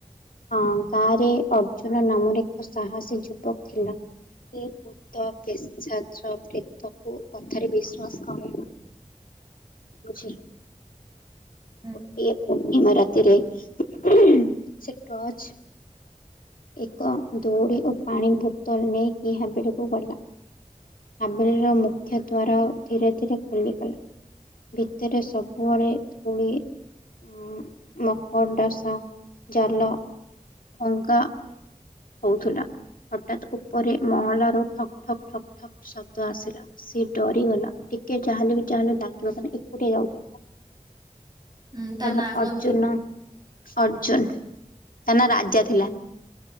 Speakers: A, on the left; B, on the right.
A: ହଁ ଗାଁରେ ଅର୍ଜୁନ ନାମରେ ଏକ ସାହସୀ ଯୁବକ ଥିଲା। ସିଏ ଭୂ ତ, ପେଶାଚ, ପ୍ରେତ କୁ କଥାରେ ବିଶ୍ଵାସ କରେନା। ବୁଝିଲୁ।
B: ହୁଁ
A: ଗୋଟିଏ ପୂର୍ଣ୍ଣିମା ରାତିରେ ସେ ଟର୍ଚ ଏକ ଦଉଡ଼ି ଓ ପାଣି ବୁତଲ ନେଇକି ହାବେଳିକୁ ଗଲା। ହାବେଳିର ମୁଖ୍ୟ ଦ୍ୱାର ଧୀରେ ଧୀରେ ଖୋଲିଗଲା। ଭିତରେ ସବୁଆଳେ ଧୂଳି ଉଁ, ମକଡାସା ଜାଲ ଭଙ୍ଗା ହଉଥୁଲା, ହଠାତ୍ ଉପରେ ମହଲାରୁ ଠକ୍ ଠକ୍ ଠକ୍ ଠକ୍ ଶବ୍ଦ ଆସିଲା। ସିଏ ଡରିଗଲା, ଟିକେ ଯାହା ହେଲେ ବି ଯାହାଲେ ଲାଗିବ ତ ନା ଏକୁଟିଆ ଯାଉଥାଏ। <inaudible>
B: ହୁଁ ତା
A: ତାପରେ
B: ନାଁ କଣ
A: ଅର୍ଜୁନ
B: ଥିଲା?
A: ଅର୍ଜୁନ୍ ତା ନାଁ ରାଜା ଥି
B: ହୁଁ,